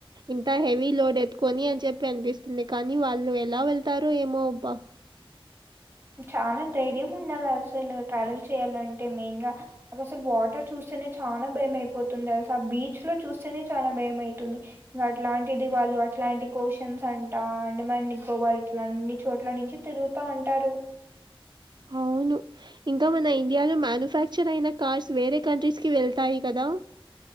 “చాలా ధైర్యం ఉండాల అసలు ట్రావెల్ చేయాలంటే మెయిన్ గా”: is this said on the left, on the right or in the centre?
Right